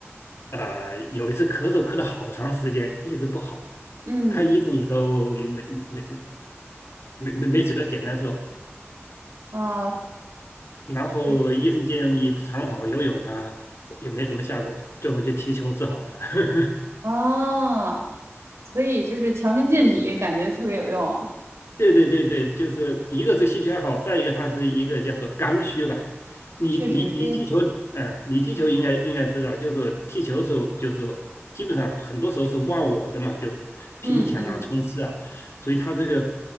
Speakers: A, on the left; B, on the right.
A: 呃，有一次咳嗽咳了好长时间，一直不好，
B: 嗯
A: 看医生也都没没没没没没止得简单说，
B: 啊
A: 然后医生建议你长跑、
B: 对
A: 游泳啊，也没什么效果，最后就踢球治好了。<laughs>
B: 啊，所以就是强身健体，感觉特别有用。
A: 对对对对，就是一个是兴趣爱好，再一个它是一个叫做刚需吧。你你你踢球，
B: 确实，这个
A: 啊，你踢球应该应该知道，就是说踢球的时候，就是说基本上很多时候是忘我的嘛，就拼抢啊、
B: 嗯嗯，
A: 冲刺啊，所以他这个